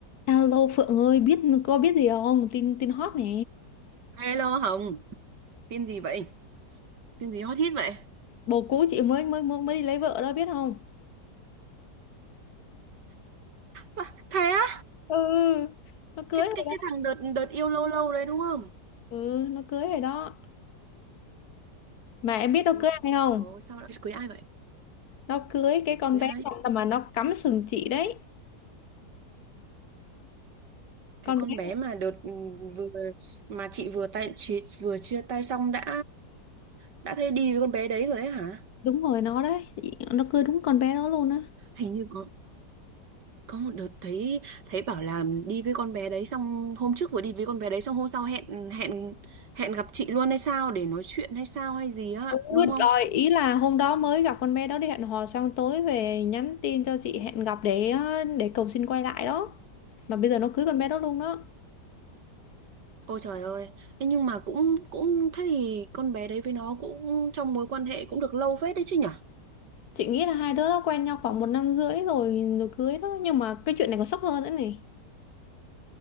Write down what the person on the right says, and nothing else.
Hello Hồng, tin gì vậy? Tin gì hot hit vậy?
Bà, thế á?
Cái cái
cái thằng đợt đợt yêu lâu lâu đấy đúng không?
Ôi
trời ơi, sao lại cưới ai vậy?
Cưới
ai?
Cái
con
bé mà đợt ừ, vừa mà chị vừa tay chị vừa chia tay xong đã đã thấy đi với con bé đấy rồi ấy hả?
Hình như có có một đợt thấy thấy bảo là đi với con bé đấy xong hôm trước vừa đi với con bé đấy xong hôm sau hẹn hẹn hẹn gặp chị luôn hay sao để nói chuyện hay sao hay gì á,
đúng không?
Ôi trời ơi, Ê, nhưng mà cũng cũng thế thì con bé đấy với nó cũng trong mối quan hệ cũng được lâu phết đấy chứ nhở?